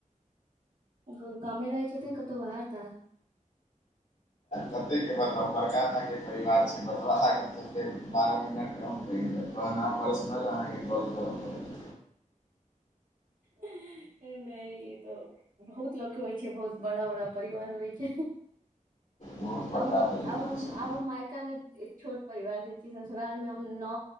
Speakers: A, on the right; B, on the left.
A: ग-ग-गामे रहै छथिन कतहु बाहर ताहर?
B: कते के बताउ बड़का टा के परिवार छै बतबऽ लागब त फेर बारह मिनट कम पड़ि जायत तहन आहां पर्सनल अहांके कॉल करऽ पड़त।
A: नहि तऽ बहुत लोक के होइ छै बहुत बड़ा - बड़ा परिवार होइ छै।
B: बहुत बड़का
A: आब हम्म
B: परिवार
A: - आब हम्म
B: छै
A: - आब हम मायका मे एक छोट परिवार से छी ससुराल मे हम नौ